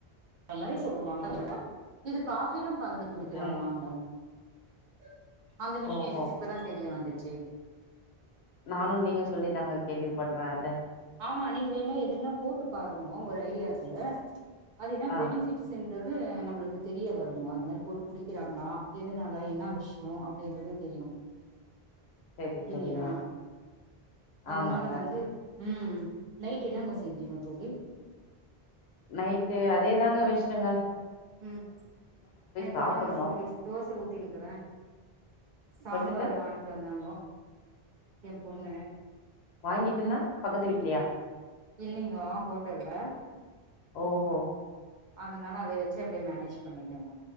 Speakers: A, on the right (about 55°); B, on the left (about 85°).
A: நல்லாவே சொல்லுவாங்க இது காஃபிலும் கலந்து குடிக்கிறாங்கா
B: ம்
A: அவங்க <unintelligible> அந்த விஷயம்
B: ஓஹோ
A: எனக்கு இப்பதான் தெரிய வந்தது சேரி
B: நானு நீங்க சொல்லி தாங்க கேள்வி பட்ற அத
A: ஆமா நீங் வேன்ணா எதுன்னா போட்டு பாரும்மோ ஒரு ஐடியாக்கு அது என்னா
B: ஆ
A: பெனிபி்ட்ஸ்ன் ருது நம்பளுக்கு தெரிய வரும்மு அது மாரி போட்டு குடிக்கிறாங்ளா எதுனாலா என்னா விஷ்யோ அப்டின்றது தெரியு
B: செரி செரிங்க
A: இல்லியா அதனால
B: ஆமாங்க
A: வந்து ம் நைட் என்னாங்கோ செஞ்சிங்கோ தோழி
B: நைட்டு அதே தாங்க வெஷ்ட்டங்க
A: ம் நா இப்பதாங்க
B: சாப்புட்ணு
A: தோழி தோச ஊத்தின்க்குற சாம்பரு
B: தொட்டுக்க
A: வாய்ட்டு வந்தாங்கோ எ பொண்ணு
B: வாங்கிட்டுன்னா பக்கத்து வீட்லியா
A: இல்லிங்கோ ஹோட்டல்ல
B: ஓஹோ
A: அதுனால அதே வச்சு அப்டே மேனேஜ் பண்ணிட்டங்கோ